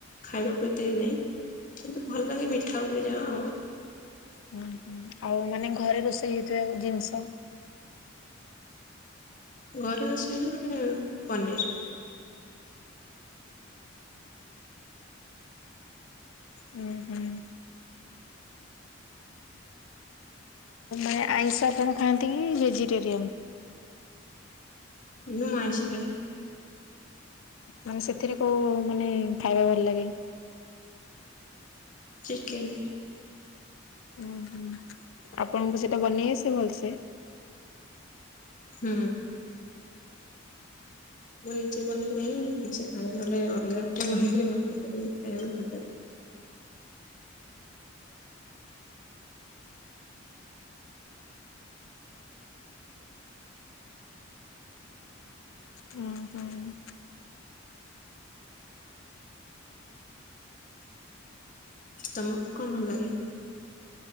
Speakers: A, on the left (about 40°); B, on the left (about 80°).
A: ଖାଇବାକୁତ ନାଇଁ କିନ୍ତୁ ଭଲ ଲାଗେ ମିଠା ଉପରେ ଯାହା ଆଉ
B: ହୁଁ ହୁଁ ଆଉ ମାନେ ଘରେ ରୋଷେଇ ହେଇଥିବା ଆ ଜିନିଷ
A: ଘରେ ଆସିଲ ମାନେ ପନିର୍
B: ହୁଁ ହୁଁ ଆ ଆଇଁଷ ଆପଣ ଖାଆନ୍ତି କି ଭେଜିଟେରିଆନ୍
A: ମୁଁ ମା ଆଇସ ଖାଇ
B: ମାନେ ସେଥିରେ କୋଉ ମାନେ ଖାଇବା ଭଲ ଲାଗେ
A: ଚିକେନ
B: ଉଁ ହୁଁ ଆପଣଙ୍କୁ ସେଟା ବନେଇ ଆସ ଭଲସେ?
A: ହୁଁ ମୁଁ ନିଜେ ବନେଇ ହିଁ ଠିକ ସେ ଖାଇ ନହେଲେ ଅଲଗା କା ବନେଇଥିଲି ମତେକି ଖାଇବାକୁ ଭଲ ଲାଗେ।
B: ଉଁ ହୁଁ।
A: ତମକୁ କଣ ଭଲ ଲାଗେ?